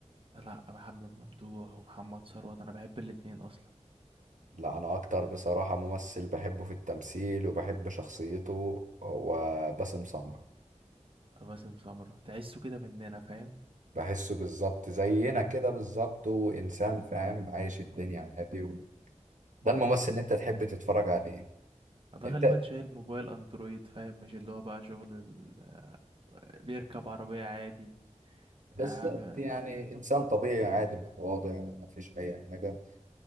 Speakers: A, on the right; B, on the right.
A: لا محمد ممدوح ومحمد ثروت انا بحب الاتنين اصلا
B: لا انا اكتر بصراحة ممثل بحبه في التمثيل وبحب شخصيته هو باسم سمرة
A: باسم سمرة تحسه كده مننا فاهم
B: بحسه بالظبط زينا كده بالظبط وانسان فاهم عايش الدنيا عادي و... ده الممثل اللي انت تحب تتفرج عليه
A: ده
B: انت
A: غالبا شايل موبايل اندرويد فاهم مش اللي هو بقى شغل ال... آه، بيركب عربية عادي
B: بالظبط
A: آه, م-
B: يعني انسان طبيعي عادي متواضع مفيش اي حاجة